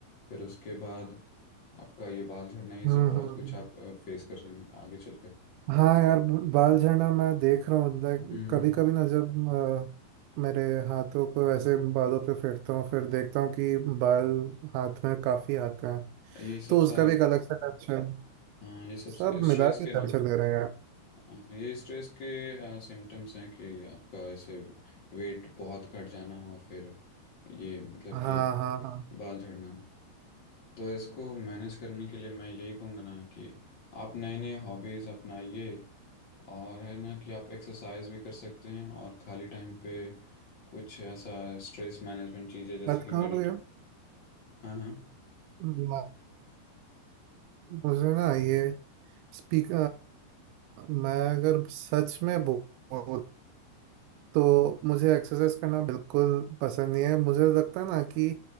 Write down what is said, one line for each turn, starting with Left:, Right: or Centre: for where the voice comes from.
Left: फिर उसके बाद आपका ये बाल झड़ना ये
Right: हम्म
Left: सब बहुत
Right: हम्म।
Left: कुछ आप फेस कर रहे हैं आगे चलकर
Right: हाँ यार ब- बाल झड़ना मैं देख रहा हूँ लाइक
Left: हम्म
Right: कभी
Left: हम्म।
Right: कभी ना जब अ, मेरे हाथों को ऐसे बालों पे फेरता हूँ फिर देखता हूँ कि बाल हाथ में काफी आते हैं
Left: ये सब
Right: तो उसका
Left: सारे
Right: भी एक अलग से टेंशन
Left: हाँ ये सब
Right: सब
Left: स्ट्रेस
Right: मिला के
Left: के
Right: टेंशन
Left: ना
Right: ले रहे हैं यार
Left: हाँ, ये स्ट्रेस के सिम्टम्स हैं कि आपका ऐसे वेट बहुत घट जाना और फिर ये मतलब
Right: हाँ
Left: कि
Right: हाँ हाँ
Left: बाल झड़ना तो इसको मैनेज करने के लिए मैं यही कहूँगा ना कि आप नए नए हॉबीज़ अपनाइए और है ना कि आप एक्सरसाइज भी कर सकते हैं और खाली टाइम पे कुछ ऐसा स्ट्रेस मैनेजमेंट चीज़ें जैसे
Right: मत
Left: कि
Right: कहो
Left: मेडिटे हाँ हाँ
Right: भैया मुझे ना ये स्पीक मैं अगर सच में बोलूँ तो मुझे एक्सरसाइज करना बिल्कुल पसंद नहीं है मुझे लगता है ना कि